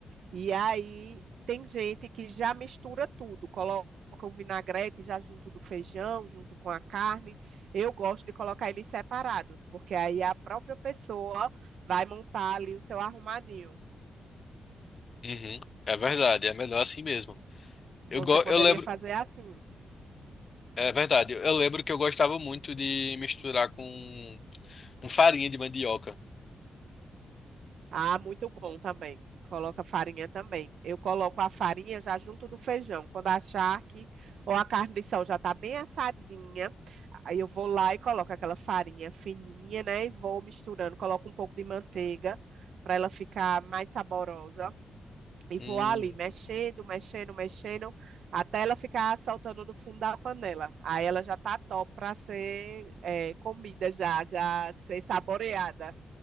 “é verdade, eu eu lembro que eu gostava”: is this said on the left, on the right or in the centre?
Left